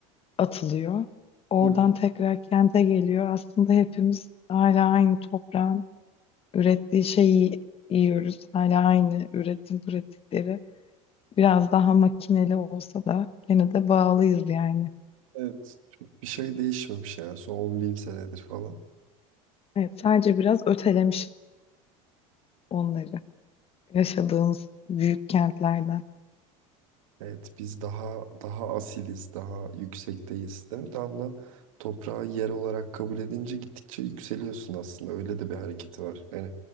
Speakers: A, on the left; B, on the right.
A: atılıyor. Oradan
B: Hı.
A: tekrar kente geliyor. Aslında hepimiz hala aynı toprağın ürettiği şeyi yiyoruz. Hala aynı üretim pratikleri. Biraz daha makineli olsa da gene de bağlıyız yani.
B: Evet. Çok bir şey değişmemiş yani son on bin senedir falan.
A: Evet, sadece biraz ötelemişiz onları yaşadığımız büyük kentlerden.
B: Evet, biz daha daha asiliz, daha yüksekteyiz, değil mi? Tam da toprağı yer olarak kabul edince gittikçe yükseliyorsun aslında. Öyle de bir hareketi var. Yani